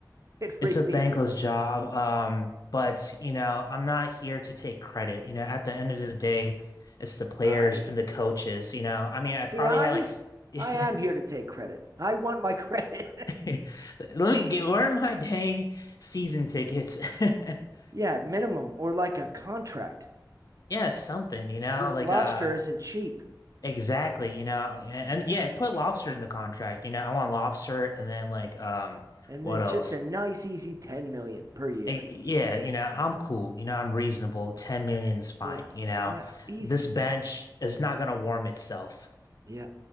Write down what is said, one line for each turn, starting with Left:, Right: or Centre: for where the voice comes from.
Right: It, it
Left: It's
Right: really
Left: a thankless
Right: is.
Left: job. Um, but you know, I'm not here to take credit. You know, at the end of the day, it's the players
Right: I
Left: and the coaches. You know, I mean, I
Right: see.
Left: probably
Right: I
Left: had like, s- <laughs>
Right: I am here to take credit. I want my credit.
Left: let me get, where are my dang season tickets? <laughs>
Right: <laughs> yeah, at minimum or like a contract.
Left: Yeah, something, you know,
Right: This
Left: like,
Right: lobster
Left: uh,
Right: isn't cheap.
Left: exactly, you know, and, and yeah, put lobster in the contract. You know, I want lobster and then like, um,
Right: And
Left: what
Right: then
Left: else?
Right: just a nice, easy ten million per year.
Left: I- Yeah, you know, I'm cool. You know, I'm reasonable. Ten million is fine.
Right: Yeah,
Left: You know,
Right: yeah, easy.
Left: this bench is not going to warm itself.
Right: Yeah,